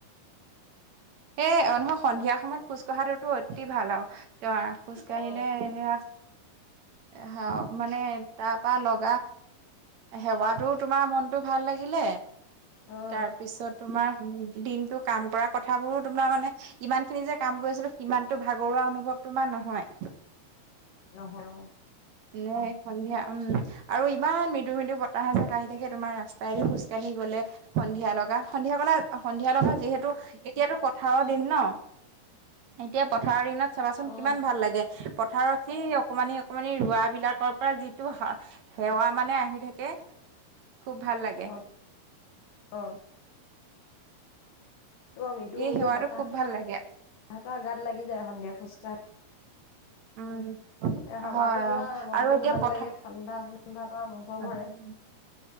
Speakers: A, on the right; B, on the left.
A: এ নহয় সন্ধিয়া সময়ত খোজ কঢ়াটোতো অ তি ভাল আও তে খোজকাঢ়িলে
B: অ'
A: সে হ মানে তাৰপা লগা সেৱাতো তোমাৰ মনটো ভাল লাগিলে।
B: অ'
A: তাৰপিছত তোমাৰ দিনটো কাম কৰা ক- থাবোৰো তোমাৰ মানে ইমান খিনি যে কাম কৰিছিলো সিমানতো ভাগৰুৱা অনুভৱ তোমাৰ নহয়। <inaudible>
B: নহয় অ।
A: নহয় সন্ধিয়া উম আৰু ইমান মৃদু মৃদু বতাহ এজাক আহি থাকে তোমাৰ ৰাস্তাইদি খোজকাঢ়ি গলে সন্ধিয়া লগা সন্ধিয়া কলে সন্ধিয়া লগা যিহেতু এতিয়াতো পথাৰৰ দিন ন এতিয়া পথাৰৰ দিনত চাবাচোন
B: অ' অ'
A: কিমান ভাল লাগে পথাৰত সেই অকমানি অকমানি ৰোৱা বিলাকৰ পৰা যিটো হা হেৱা মানে আহি থাকে। খুব ভাল লাগে।
B: হয় অ' তোমাৰ মৃদু
A: সেই
B: মৃদু
A: সেৱাটো
B: বতাহ
A: খুব ভাল লাগে
B: গাত লাগি যায় সন্ধিয়া খোজকাঢ়ি
A: উম
B: এ হাৱাটো
A: হয়
B: পুৰা
A: অ
B: মনটো
A: আৰু এতিয়া
B: ভাল
A: পথাৰ
B: লাগে ঠাণ্ডা ঠাণ্ডা এটা অনুভৱ কৰে।
A: আৰু